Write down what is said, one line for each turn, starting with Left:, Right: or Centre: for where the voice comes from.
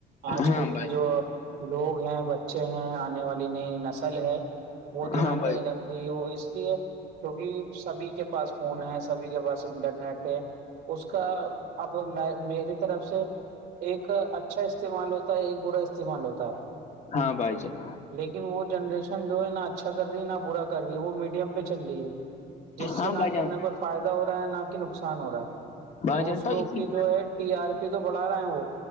Right: آج
Left: ہاں
Right: کل کی
Left: بھائی
Right: جو لوگ ہیں بچے ہیں آنے والی نئی نسل ہے وہ دھیان
Left: ہاں
Right: نہیں
Left: بھائی
Right: رکھ ی وہ اس لیے کیونکہ سبھی کے پاس فون ہے سبھی کے پاس انٹرنیٹ ہے اس کا اب میری طرف سے ایک اچھا استعمال ہوتا ہے ایک برا استعمال ہوتا ہے
Left: ہاں بائی جائے
Right: لیکن وہ جنریشن جو ہے نہا اچھا کر رہی ہے نہ برا کر رہی ہے وہ میڈیم پہ چل رہی ہے جس سے
Left: ہاں
Right: نہ
Left: بھائی جان
Right: کہ انہیں کوئی فائدہ ہو رہا ہے نہ کہ نقصان ہو رہا ہے
Left: بھائی
Right: دوسروں
Left: جان تو اسی
Right: کی جو ہے ٹی آر پی تو بڑھا رہا ہے وہ